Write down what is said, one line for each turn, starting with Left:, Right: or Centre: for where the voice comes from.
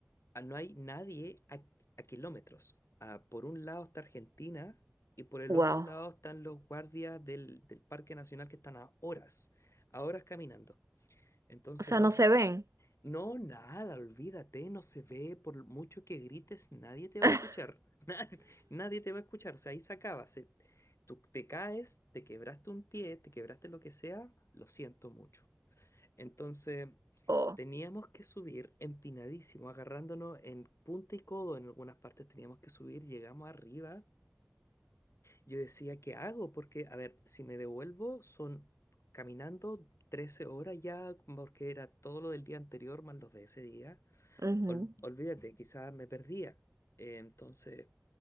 Left: ah, no hay nadie a, a kilómetros. Ah, por un lado está Argentina y por el
Right: Wow.
Left: otro lado están los guardias del, del Parque Nacional que están a horas, a horas caminando. Entonces,
Right: O sea,
Left: no,
Right: no se ven.
Left: no, nada, olvídate, no se ve, por mucho que grites, nadie te va
Right: <laughs>
Left: a escuchar. <laughs> Nadie, nadie te va a escuchar, o sea, ahí se acaba. se- tú te caes, te quebraste un pie, te quebraste lo que sea, lo siento mucho. Entonces,
Right: Oh,
Left: teníamos que subir empinadísimo, agarrándonos en punta y codo en algunas partes teníamos que subir, llegamos arriba. Yo decía, ¿qué hago? Porque, a ver, si me devuelvo, son caminando 13 horas ya, porque era todo lo del día anterior más los de ese día
Right: ujú.
Left: ol- olvídate, quizás me perdía. Eh, entonces,